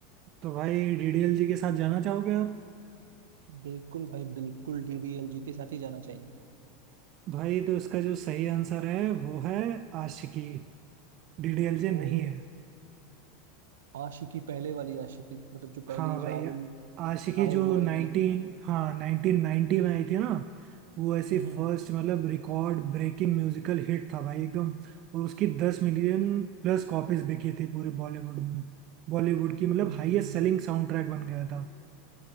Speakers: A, on the right; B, on the right.
A: तो भाई डीडीएल जी के साथ जाना चाहोगे आप
B: बिल्कुल भाई बिल्कुल डी डी एल जे के साथ ही जाना चाहिए
A: भाई तो इसका जो सही आंसर है वो है आशिकी डीडीएल जी नहीं
B: ओ
A: है
B: आशिकी पहले वाली आशिकी मतलब जो
A: हाँ
B: पहली
A: भाई
B: राहुल
A: आशिकी
B: राहुल
A: जो
B: रॉय
A: नाइनटीन
B: की
A: हाँ नाइनटीन नाइनटी में आई थी ना वो ऐसी
B: हम्म हम्म
A: फर्स्ट मतलब रिकॉर्ड ब्रेकिंग म्यूजिकल हिट था भाई एकदम और उसकी दस मिलियन प्लस कॉपीज बिकी थी पूरे बॉलीवुड में बॉलीवुड की मतलब
B: हम्म।
A: हाईएस्ट सेलिंग साउंड ट्रैक बन गया था